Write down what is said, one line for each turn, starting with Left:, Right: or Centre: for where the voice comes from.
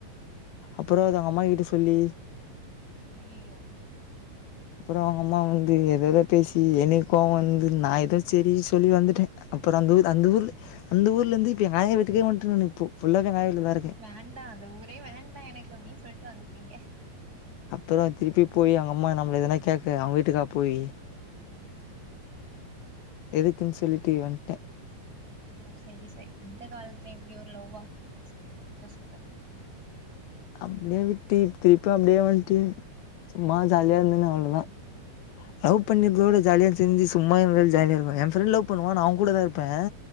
Left: அப்றோ அது அவுங்க அம்மா கிட்ட சொல்லி
Right: அய்யயோ
Left: அப்றோ அவுங்க அம்மா வந்து எது ஏதோ பேசி என்க்கு கோவ வந்து நா ஏதோ சேரினு சொல்லி வந்துட்டே அப்றோ அந்த ஊரு அந்த ஊர்ல அந்த ஊர்ல இருந்து இப்ப எங்க ஆயா வீட்டுக்கே வந்துட்ட நானு இப்போ ஃபுல்லாவே எங்க ஆயா வீட்ல தா
Right: வேண்டா அந்த ஊரே வேண்டா எனக்கு அப்டினு சொல்ட்டு வந்துடீங்க
Left: அப்றோ திருப்பி போயி அவுங்க அம்மா நம்மள எதுனா கேக்க அவுங்க வீட்டுக்கா போயி
Right: அ
Left: எதுக்குனு சொல்லிட்டு வந்துட்டே
Right: ஓ செரி செரி இந்த காலத்துல இப்டி ஒரு லவ்வா சூப்பர் சூப்பர் ‌
Left: அப்டியே விட்டு இப்ப திருப்பி அப்டியே வந்துட்டு சும்மா ஜாலியா இருந்தனு
Right: ம்
Left: அவ்ளோ தா லவ் பண்ணி ப்ரோட ஜாலியா தெரிஞ்சு சும்மா இருந்துட்டு ஜாலியா இருப்ப எ ஃப்ரெண்ட் லவ் பண்ணுவா நா அவகூடாதா இருப்பே